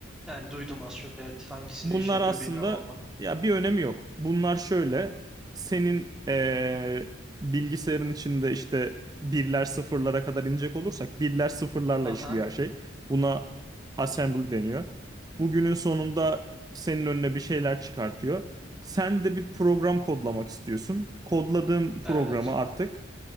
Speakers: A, in the centre; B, on the right.
A: Yani duydum az çok evet. Hangisine
B: Bunlar
A: iş yapıyor
B: aslında
A: bilmiyorum ama.
B: ya bir önemi yok. Bunlar şöyle senin eee, bilgisayarın içinde işte birler sıfırlara kadar inecek olursak birler sıfırlarla
A: Aha.
B: işliyor her şey. Buna assembly deniyor. Bugünün sonunda senin önüne bir şeyler çıkartıyor. Sen de bir program kodlamak istiyorsun. Kodladığın programı
A: Evet.
B: artık